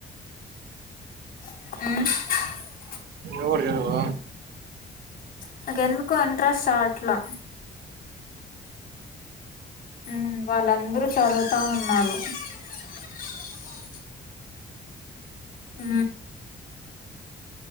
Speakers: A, on the left; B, on the right.
A: మ్.
B: నువ్వు కూడా వెళవో
A: నాకు ఎందుకో ఇంట్రెస్ట్ రావట్ల. ఉమ్ వాళ్ళందరూ చదువుతా ఉన్నారు. <unintelligible> ఊ